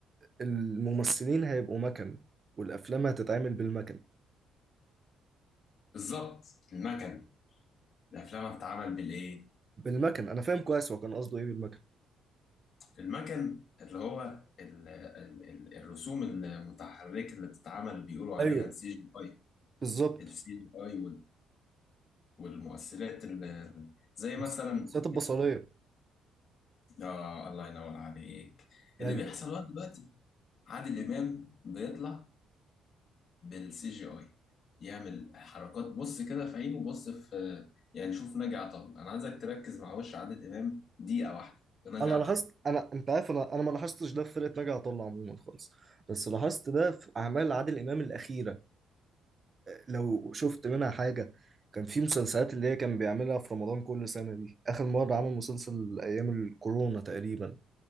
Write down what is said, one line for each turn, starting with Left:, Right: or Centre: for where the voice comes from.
Right: الممثلين هيبقوا مكن والأفلام هتتعمل بالمكن
Left: بالظبط المكن الأفلام بتتعمل بالإيه؟
Right: بالمكن أنا فاهم كويس هو كان قصده إيه بالمكن
Left: المكن اللي هو ال ال ال الرسوم المتحركة اللي بتتعمل اللي بيقولوا عليها
Right: أيوه
Left: السي جي اي
Right: بالظبط
Left: السي جي اي والمؤثرات اللي زي مثلا
Right: بس- الذات البصرية
Left: آه الله ينور عليك اللي
Right: أيوه
Left: بيحصل بقى دلوقتي عادل إمام بيطلع بالسي جي آي يعمل حركات بص كده في عينه بص في يعني شوف ناجي عطا الله أنا عايزك تركز مع وش عادل إمام دقيقة واحدة في ناجي
Right: أنا
Left: عطا
Right: لاحظت
Left: الله
Right: أنا أنت عارف أنا أنا ما لاحظتش ده في فرقة ناجي عطا الله عموما خالص بس لاحظت ده في أعمال عادل إمام الأخيرة لو شفت منها حاجة كان في مسلسلات اللي هي كان بيعملها في رمضان كل سنة دي آخر مرة عمل مسلسل أيام الكورونا تقريبا